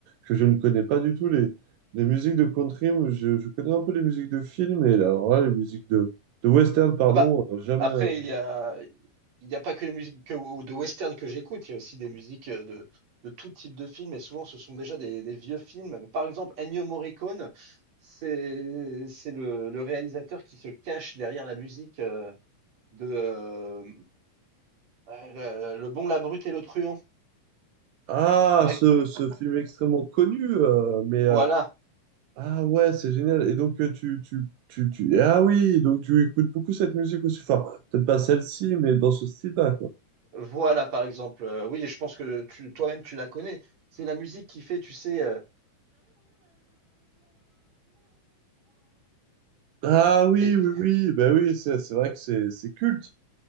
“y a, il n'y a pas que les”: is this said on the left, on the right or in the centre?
Right